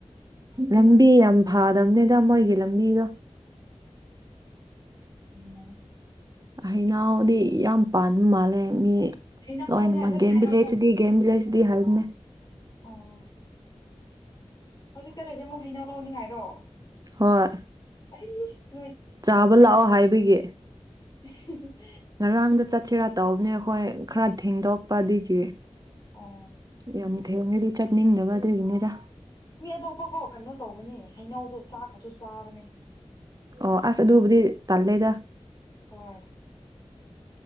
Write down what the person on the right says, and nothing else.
ꯂꯝꯕꯤ ꯌꯥꯝ ꯐꯥꯗꯝꯕꯅꯦꯗ ꯃꯣꯏꯒꯤ ꯂꯃꯤꯒ
ꯑꯩꯩꯅꯥꯎꯗꯤ ꯌꯥꯝ ꯄꯥꯟꯕ ꯃꯥꯜꯂꯦ ꯃꯤ
ꯍꯅꯦ ꯃꯥ
ꯒꯦꯝꯕꯤ
ꯂꯩꯦꯁꯤꯗꯤ ꯒꯦꯝ ꯕꯤ ꯂꯩꯁꯤꯗꯤ ꯍꯥꯏꯔꯅꯦ
ꯍꯣꯏ
ꯆꯥꯕ ꯂꯥꯛꯑꯣ ꯍꯥꯏꯕꯒꯤ
ꯉꯔꯥꯡꯗ ꯆꯠꯁꯤꯦꯔ ꯇꯧꯕꯅꯦ ꯑꯩꯈꯣꯏ ꯈꯔ ꯊꯦꯡꯗꯣꯛꯄ ꯑꯗꯨꯗꯒꯤ
ꯌꯥꯝ ꯊ ꯍꯦꯅ ꯆꯠ ꯅꯤꯡꯗꯕ ꯑꯗꯨꯒꯤꯅꯤꯗ
ꯑꯣ ꯑꯁ ꯑꯗꯨꯕꯨꯗꯤ ꯇꯜꯂꯦꯗ